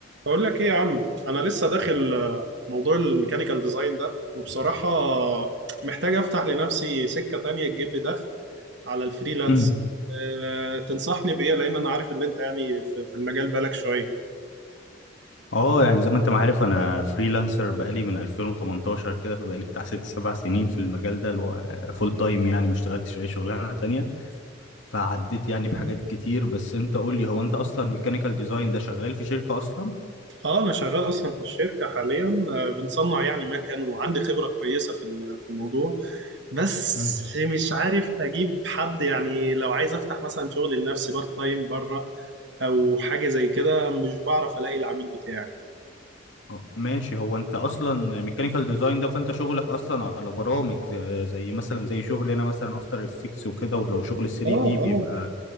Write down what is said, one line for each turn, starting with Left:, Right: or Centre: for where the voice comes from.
Right: بقول لك ايه يا عم انا لسه داخل آه، موضوع الميكانيكال ديزاين ده وبصراحة محتاج افتح لنفسي سكة تانية تجيب لي دخل على الفريلانس
Left: امم
Right: أه تنصحني بايه لان انا عارف ان انت يعني في في المجال بقالك شوية
Left: اه يعني زي ما انت ما عارف انا فريلانسر بقالي من 2018 كده فبقالي بتاع ست سبع سنين في المجال ده اللي هو فول تايم يعني ما اشتغلتش اي شغلانه تانية فعديت يعني بحاجات كتير بس انت قول لي هو انت اصلا ميكانيكال ديزاين ده شغال في شركه اصلا
Right: اه انا شغال اصلا في الشركة حاليا آه، بنصنع يعني مكن وعندي خبرة كويسة في ال- في الموضوع بس
Left: امم
Right: مش عارف اجيب حد يعني لو عايز افتح مثلا شغل لنفسي بارت تايم بره او حاجة زي كده مش بعرف الاقي العميل بتاعي
Left: اه ماشي هو انت اصلا ميكانيكال ديزاين ده فانت شغلك اصلا على برامج ز- زي مثلا زي شغلي انا مثلا افتر افكتس وكده ولو شغل 3
Right: اه
Left: دي بيبقى